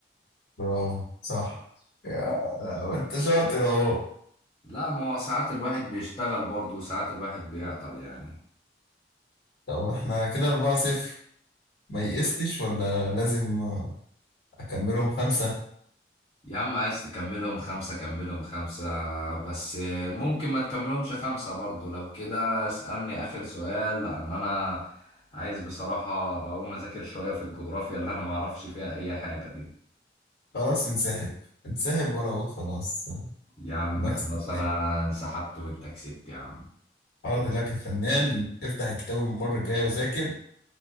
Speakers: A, on the left (about 80°); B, on the left (about 25°).
A: برافو صح يا ما انت شاطر اهو
B: لا ما هو ساعات الواحد بيشتغل برضو ساعات الواحد بيعطل يعني
A: طب احنا كده 4-0 ما يئستش ولا لازم آه، أكملهم خمسة
B: يا عم عايز تكملهم خمسة كملهم خمسة بس ممكن ما تكملهمش خمسة برضو لو كده اسألني آخر سؤال لأن أنا عايز بصراحة أقوم أذاكر شوية في الجغرافيا اللي أنا معرفش فيها أي حاجة دي
A: خلاص انسحب انسحب وانا اقول خلاص
B: يا عم
A: نكسب
B: خلاص أنا
A: تاني
B: انسحبت وأنت كسبت يا عم
A: عرض لك يا فنان افتح الكتاب المرة الجاية وذاكر